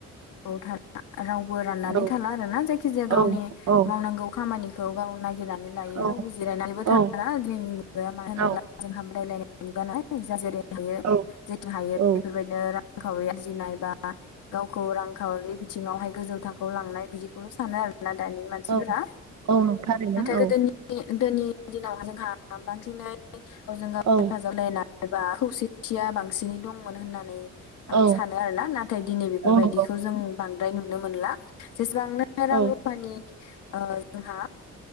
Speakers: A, on the left; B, on the right.
A: औ थाला रावबो राननानै
B: औ
A: थाला आरोना जायखि जाया गावनि
B: औ औ
A: मावनांगौ खामानिखौ गाव नागिरनानै लायो
B: औ
A: रावबो जिरायनानैबो थाला
B: औ
A: दिनैनि मुगाया मानो होनब्ला
B: औ
A: जोंहा बादायलायनाय मुगानालाय जाय जेरै हायो
B: औ
A: जेथिं हायो
B: औ
A: बेफोरबायदि नो रांखावरि आरजिनाय बा <inaudible> रांखावरि बिथिङावहाय गोजौ थाखोआव लांनाय बिदिखौल' सानो आरो। ना दानि मानसिफोरा।
B: औ औ थारैनो
A: नाथाय
B: औ
A: गोदोनि गोदोनोनि दिनाव जोंहा बांसिनै गावजों गाव
B: औ
A: हेफाजाब होलायनाय एबा खौसेथिया बांसिनै दंमोन होननानै आं
B: औ
A: सानो आरो ना नाथाय दिनै बेफोरबायदिखौ
B: औ नंगौ
A: जों बांद्राय नुनो मोनला जेसेबांनो रां
B: औ
A: रुफानि ओ जोंहा